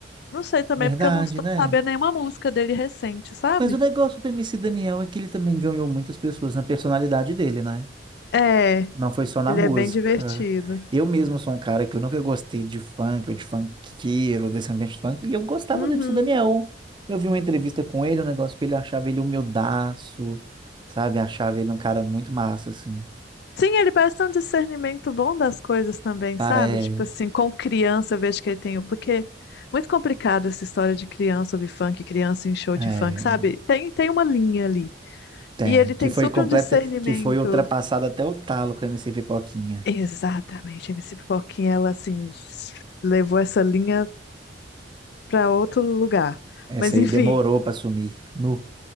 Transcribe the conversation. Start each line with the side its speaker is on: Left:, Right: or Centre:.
Left: Não sei também,
Right: verdade,
Left: porque eu não estou
Right: né?
Left: sabendo nenhuma música dele recente, sabe?
Right: Mas o negócio do MC Daniel é que ele também ganhou muitas pessoas na personalidade dele, né?
Left: É,
Right: Não foi só na
Left: ele
Right: música.
Left: é bem divertido.
Right: Eu mesmo sou um cara que eu nunca gostei de funk ou de funkeiro, desse ambiente de funk, e eu gostava
Left: Uhum.
Right: do MC Daniel. Eu vi uma entrevista com ele, um negócio que ele achava ele humildaço, sabe? Achava ele um cara muito massa, assim.
Left: Sim, ele parece ter um discernimento bom das coisas também,
Right: Parece.
Left: sabe? Tipo assim, com criança eu vejo que ele tem o. Porque muito complicado essa história de criança ouvir funk, criança em show
Right: É,
Left: de funk, sabe? Tem, tem uma linha ali.
Right: tem.
Left: E ele
Right: Que
Left: tem
Right: foi
Left: super
Right: completa,
Left: um discernimento.
Right: que foi ultrapassado até o talo com o MC Pipoquinha.
Left: Exatamente, a MC Pipoquinha, ela assim, levou essa linha pra outro lugar.
Right: Essa
Left: Mas
Right: aí
Left: enfim.
Right: demorou pra sumir. Nu.